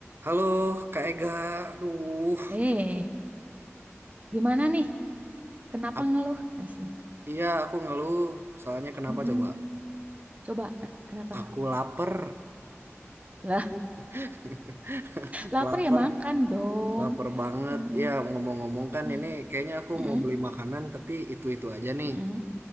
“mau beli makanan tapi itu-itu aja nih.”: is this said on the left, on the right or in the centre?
Right